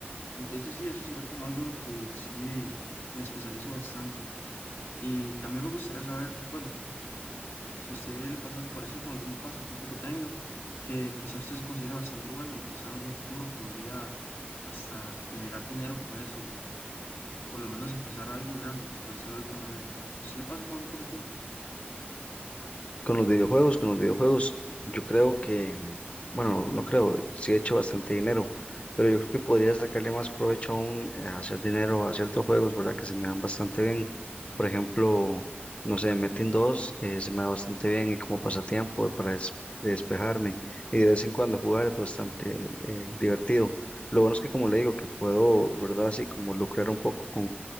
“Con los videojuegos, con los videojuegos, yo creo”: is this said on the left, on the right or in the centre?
Left